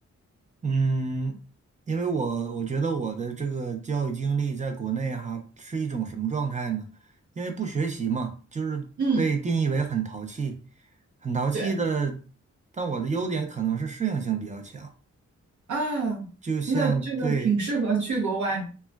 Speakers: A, on the right; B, on the right.
A: 嗯，因为我我觉得我的这个教育经历在国内哈是一种什么状态呢？因为不学习嘛，就是被定义为很淘气，
B: 嗯，
A: 很淘气的。
B: 对
A: 但我的优点可能是适应性比较强，
B: 啊，
A: 就像对
B: 那这个挺适合去国外